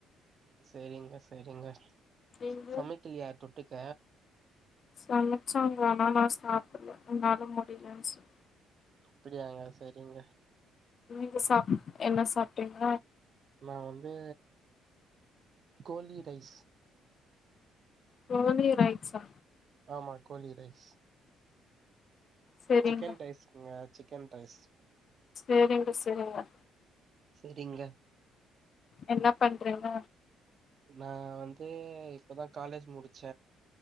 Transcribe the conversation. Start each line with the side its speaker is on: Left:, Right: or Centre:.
Right: சேரிங்க சேரிங்க
Left: நீங்க
Right: சமைக்கலையா தொட்டுக்க
Left: சமைச்சாங்க ஆனா நா சாப்டல என்னால முடியலன்னு சொல்லி
Right: அப்டியாங்க செரிங்க
Left: நீங்க சாப் என்ன சாப்ட்டீங்க
Right: நா வந்து கோழி ரைஸ்
Left: கோழி ரைட்சா
Right: ஆமா கோழி ரைஸ்
Left: செரிங்க
Right: சிக்கன் ரைஸ்ங்க சிக்கன் ரைஸ்
Left: செரிங்க செரிங்க
Right: செரிங்க
Left: என்ன பண்றீங்க
Right: நான் வந்து இப்பதா காலேஜ் முடிச்ச